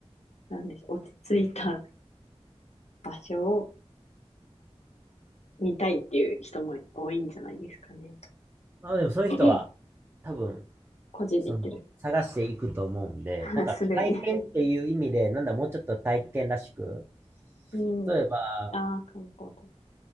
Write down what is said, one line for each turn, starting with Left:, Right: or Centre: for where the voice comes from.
Left: なんでしょう、落ち着いた場所を見たいっていう人も多いんじゃないですかね。
Right: まあでもそういう人は、
Left: <clears throat>
Right: 多分、
Left: 個人で行ってる。
Right: その、探していくと思うんで、
Left: <laughs>
Right: なんか体験っていう意味で、
Left: すでに。
Right: なんだ、もうちょっと体験らしく、
Left: うん。
Right: 例えば、
Left: ああ、観光大使。